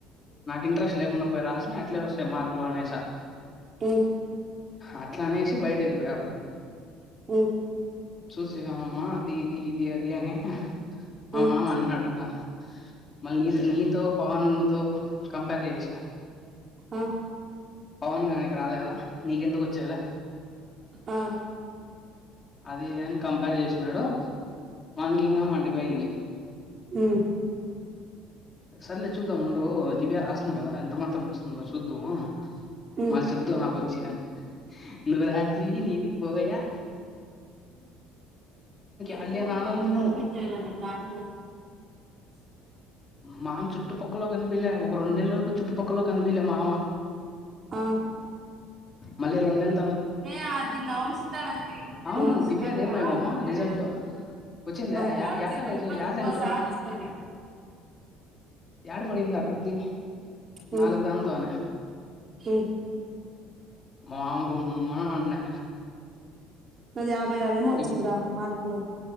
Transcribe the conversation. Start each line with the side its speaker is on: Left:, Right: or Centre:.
Left: నాకు ఇంట్రెస్ట్ లేకుండా పోయి రాసిన అట్లే వస్తాయి మార్కులు అనేసా
Right: ఉమ్
Left: అట్లా అనేసి బయట వెళ్ళిపోయవాడు
Right: ఓ
Left: చూసామమ్మా అది ఇది ఇది అది అని మా
Right: ఉమ్ ఉమ్
Left: మామ అన్నాడు ఇంకా మళ్ళీ నీతో నీతో పవన్ంద సో కంపేర్ చేసా
Right: ఆ
Left: పవన్ కాగానీ రాలేదా నీకెందుకు వచ్చేదా
Right: ఆ
Left: అది ఇదని కంపేర్ చేసినాడు మనకి ఇంకా మండిపోయింది
Right: హ
Left: సల్లే చూదాముం దవ రాస్తున్నాం కదా ఎంత మాత్రం వస్తుందో చూద్దవు
Right: ఉమ్
Left: మళ్ళీ చెప్దుావు నాకు వచ్చి అని నువ్వు రాసి నీది వయా
Right: రే
Left: ఆడలేని ఆనందము
Right: ఒకటి సబ్మిట్ చేయగలనుడి దానికోసం
Left: మను చుట్టు పక్కలో క కనిపిలే ఒక రెండు నెల వరకు చుట్టుపక్కల కనిపిలే మామ
Right: ఆ
Left: మళ్ళీ రెండు నెల
Right: మే అదిన్ ఔషిత అ ఇంతఔషిత
Left: అవును దివ్యాదేమోమమ్మా
Right: కాదు మే
Left: రిజల్ట్ వచ్చిందా
Right: ఫడ్సిడి
Left: యా యా కాలేజు
Right: బర్
Left: యా
Right: ఒక
Left: సెంటరు
Right: సార్ వస్తంది
Left: యాడ పోయింది అప్పుడు ది
Right: ఉమ్
Left: నాలుగు దానితోనే
Right: ఉమ్
Left: మాం గుమ్మన ఉండే
Right: నాది అప్ మూపైఐదు ఏమో వచ్చిందిరా
Left: ఇబ్-
Right: మార్కులు